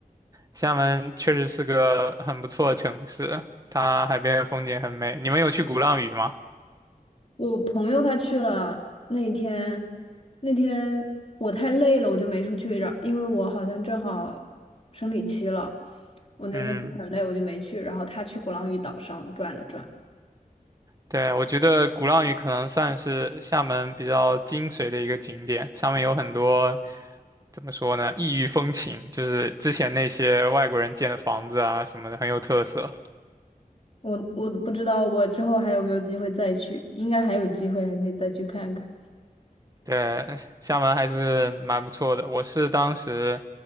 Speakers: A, on the right; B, on the left.
A: 厦门确实是个很不错的城市，它海边的风景很美。你们有去鼓浪屿吗？
B: 我朋友他去了那一天，那天我太累了，我就没出去，然因为我好像正好生理期了，我那天很累，
A: 嗯，
B: 我就没去，然后他去鼓浪屿岛上转了转。
A: 对，我觉得鼓浪屿可能算是厦门比较精髓的一个景点，上面有很多。怎么说呢？异域风情，就是之前那些外国人建的房子啊什么的，很有特色。
B: 我我不知道我之后还有没有机会再去，应该还有机会，还可以再去看看。
A: 对，厦门还是蛮不错的。我是当时